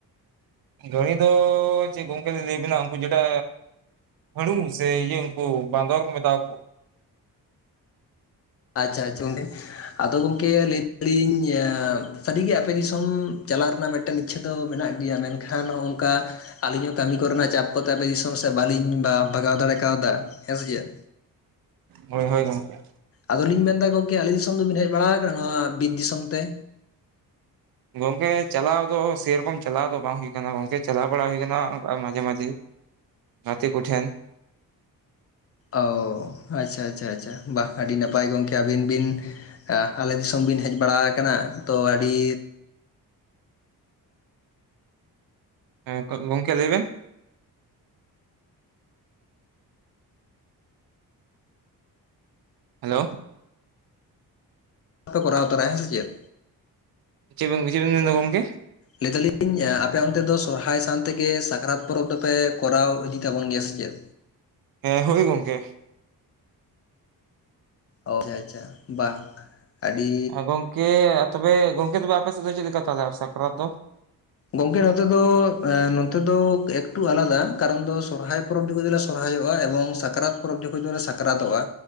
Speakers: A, on the right; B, on the left.
A: ᱜᱟᱹᱲᱤ ᱫᱚ ᱪᱮᱫ ᱜᱚᱝᱠᱮ ᱞᱟᱹᱭ ᱵᱮᱱᱟ ᱩᱱᱠᱩ ᱡᱮᱴᱟ ᱦᱟᱸᱲᱩ ᱥᱮ ᱤᱭᱟᱹ ᱩᱱᱠᱩ ᱵᱟᱸᱫᱚᱨ ᱠᱚ ᱢᱮᱛᱟ ᱠᱚ
B: ᱟᱪᱪᱷᱟ ᱟᱪᱷᱟ <unintelligible> ᱰᱮ ᱟᱫᱚ ᱜᱚᱝᱠᱮ ᱞᱟᱹᱭ ᱫᱟᱞᱤᱧ ᱥᱟᱹᱨᱤ ᱜᱮ ᱟᱯᱮ ᱫᱤᱥᱚᱢ ᱪᱟᱞᱟᱣ ᱨᱮᱱᱟᱜ ᱢᱤᱫᱴ ᱢᱤᱫᱴᱮᱱ ᱤᱪᱪᱷᱟᱹ ᱫᱚ ᱢᱮᱱᱟᱜ ᱜᱮᱭᱟ ᱢᱮᱱᱠᱷᱟᱱ ᱱᱚᱜᱼ ᱱᱚᱝᱠᱟ ᱟᱹᱞᱤᱧ ᱦᱚᱸ ᱠᱟᱹᱢᱤ ᱠᱚᱨᱮ ᱱᱟᱜ ᱪᱟᱯ ᱠᱚᱛᱮ ᱟᱞᱮ ᱫᱤᱥᱚᱢ ᱥᱮᱫ ᱵᱟᱹᱞᱤᱧ ᱵᱷᱟᱜᱟᱣ ᱫᱟᱲᱮ ᱠᱟᱣᱫᱟ ᱦᱮᱸᱥᱮ ᱪᱮᱫ
A: ᱦᱳᱭ ᱦᱳᱭ ᱜᱚᱝᱠᱮ
B: ᱟᱫᱚᱞᱤᱧ ᱢᱮᱱ ᱮᱫᱟ ᱜᱚᱢᱠᱮ ᱟᱞᱮ ᱫᱤᱥᱚᱢ ᱫᱚᱵᱤᱱ ᱦᱮᱡ ᱵᱟᱲᱟ ᱟᱠᱟᱱᱟ ᱱᱚᱣᱟ ᱵᱤᱨ ᱫᱤᱥᱚᱢ ᱛᱮ
A: ᱜᱚᱝᱠᱮ ᱪᱟᱞᱟᱣ ᱫᱚ ᱥᱮᱨᱚᱠᱚᱢ ᱪᱟᱞᱟᱣ ᱫᱚ ᱵᱟᱝ ᱦᱩᱭ ᱟᱠᱟᱱᱟ ᱜᱚᱝᱠᱮ ᱪᱟᱞᱟᱣ ᱵᱟᱲᱟ ᱦᱩᱭ ᱟᱠᱟᱱᱟ ᱢᱟᱡᱷᱮ ᱢᱟᱡᱮ ᱜᱟᱛᱮ ᱠᱚᱴᱷᱮᱱ
B: ᱚ ᱟᱪᱪᱷᱟ ᱟᱪᱪᱷᱟ ᱟᱪᱪᱷᱟ ᱵᱟ ᱟᱹᱰᱤ ᱱᱟᱯᱟᱭ ᱜᱚᱢᱠᱮ ᱟᱹᱵᱤᱱ ᱵᱤᱱ ᱟᱞᱮ ᱫᱤᱥᱚᱢ ᱵᱤᱱ ᱦᱮᱡ ᱵᱟᱲᱟ ᱟᱠᱟᱱᱟ ᱛᱚ ᱟᱹᱰᱤ
A: ᱦᱮᱸ ᱜᱚᱝᱠᱮ ᱞᱟᱹᱭ ᱵᱤᱱ ᱦᱮᱞᱳ
B: ᱠᱚᱨᱟᱣ ᱛᱟᱨᱟᱭᱟ ᱦᱮᱸ ᱥᱮ ᱪᱮᱫ
A: ᱪᱮᱫ ᱵᱮᱱ ᱪᱮᱫ ᱵᱮᱱ ᱢᱮᱱ ᱮᱫᱟ ᱜᱚᱢᱠᱮ
B: ᱞᱟᱹᱭ ᱫᱟᱞᱤᱧ ᱟᱯᱮ ᱚᱱᱛᱮ ᱫᱚ ᱥᱚᱨᱦᱟᱭ ᱥᱟᱶ ᱛᱮᱜᱮ ᱥᱟᱠᱨᱟᱛ ᱯᱚᱨᱚᱵᱽ ᱫᱚᱯᱮ ᱠᱚᱨᱟᱣ ᱤᱫᱤ ᱛᱟᱵᱚᱱ ᱜᱮᱭᱟ ᱥᱮ ᱪᱮᱫ
A: ᱦᱮᱸ ᱦᱳᱭ ᱜᱚᱝᱠᱮ
B: ᱚ ᱟᱪᱪᱷᱟ ᱟᱪᱪᱷᱟ ᱵᱟ ᱟᱹᱰᱤ
A: ᱜᱚᱝᱠᱮ ᱛᱚᱵᱮ ᱜᱚᱝᱠᱮ ᱛᱚᱵᱮ ᱟᱯᱮ ᱥᱟᱛᱮ ᱪᱮᱫ ᱞᱮᱠᱟ ᱛᱟᱦᱚᱞᱮ ᱥᱟᱠᱨᱟᱛ ᱫᱚ
B: ᱜᱚᱝᱠᱮ ᱱᱚᱛᱮ ᱫᱚ ᱱᱚᱛᱮ ᱫᱚ ᱮᱠᱴᱩ ᱟᱞᱟᱫᱟ ᱠᱟᱨᱚᱱ ᱫᱚ ᱥᱚᱨᱦᱟᱭ ᱯᱚᱨᱚᱵᱽ ᱡᱚᱠᱷᱚᱡ ᱫᱚ ᱞᱮ ᱥᱚᱨᱦᱟᱭᱚᱜᱼᱟ ᱮᱵᱚᱝ ᱥᱟᱠᱨᱟᱛ ᱯᱚᱨᱚᱵᱽ ᱡᱚᱠᱷᱚᱚᱡ ᱫᱚᱞᱮ ᱥᱟᱠᱨᱟᱛᱚᱜᱼᱟ